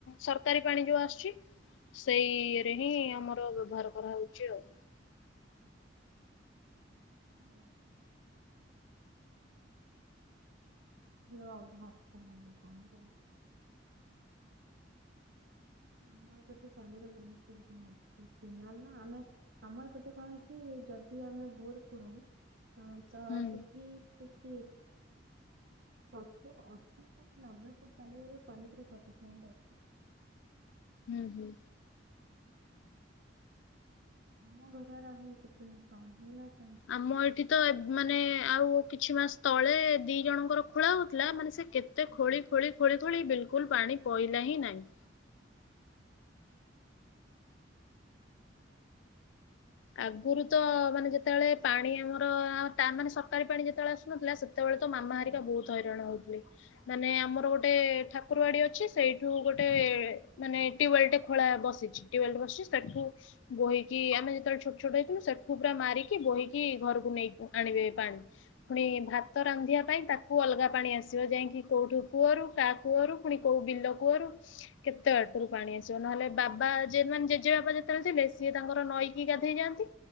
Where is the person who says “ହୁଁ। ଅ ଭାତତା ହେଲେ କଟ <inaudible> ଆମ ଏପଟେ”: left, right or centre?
Right